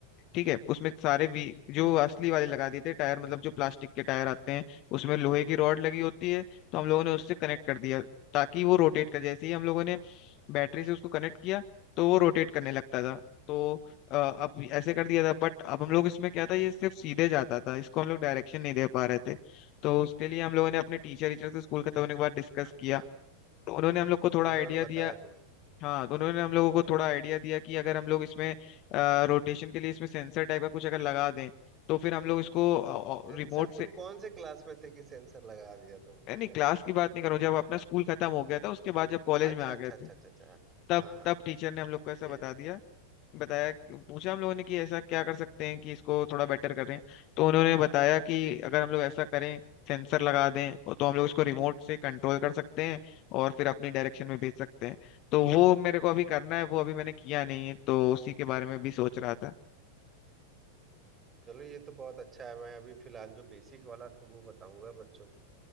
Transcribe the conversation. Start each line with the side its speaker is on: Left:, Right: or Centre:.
Left: ठीक है उसमें सारे वी जो असली वाले लगा दिए थे टायर मतलब जो प्लास्टिक के टायर आते हैं उसमें लोहे की रॉड लगी होती है तो हम लोगों ने उससे कनेक्ट कर दिया ताकि वो रोटेट कर जैसे ही हम लोगों ने बैटरी से उसको कनेक्ट किया तो वो रोटेट करने लगता था तो अ, अब ऐसे कर दिया था बट अब हम लोग इसमें क्या था ये सिर्फ सीधे जाता था इसको हम लोग डायरेक्शन नहीं दे पा रहे थे तो उसके लिए हम लोगों ने अपने टीचर टीचर से स्कूल खत्म होने के बाद डिस्कस
Right: अच्छा
Left: किया तो उन्होंने हम लोग को थोड़ा
Right: तो
Left: आइडिया
Right: उन्होंने बताया
Left: दिया
Right: तुम्हें
Left: हाँ तो उन्होंने हम लोगों को
Right: हाँ
Left: थोड़ा आइडिया दिया कि अगर हम लोग इसमें रोटेशन के लिए इसमें सेंसर टाइप का कुछ अगर लगा दें तो फिर हम लोग इसको
Right: सेंसर
Left: रिमोट से
Right: तुम कौन से क्लास में थे कि सेंसर लगा दिया तुमने
Left: ए, नहीं क्लास की बात नहीं करूँ जब अपना स्कूल खत्म हो गया था उसके बाद जब कॉलेज
Right: अच्छा
Left: में आ
Right: अच्छा
Left: गए थे
Right: अच्छा अच्छा अच्छा अच्छा
Left: तब
Right: हाँ हाँ
Left: तब
Right: हाँ
Left: टीचर
Right: हाँ
Left: ने हम लोग को ऐसा
Right: ये
Left: बता दिया बताया पूछा हम लोगों ने कि ऐसा क्या कर सकते हैं कि इसको थोड़ा बेटर करें तो उन्होंने बताया कि अगर हम लोग ऐसा करें सेंसर लगा दें और तो हम लोग इसको रिमोट से कंट्रोल कर सकते हैं और फिर अपनी डायरेक्शन में भेज सकते हैं तो वो मेरे को अभी करना है वो अभी मैंने किया नहीं है तो उसी के बारे में भी सोच रहा था
Right: चलो ये तो बहुत अच्छा है मैं अभी फिलहाल जो बेसिक वाला था वो बताऊंगा बच्चों को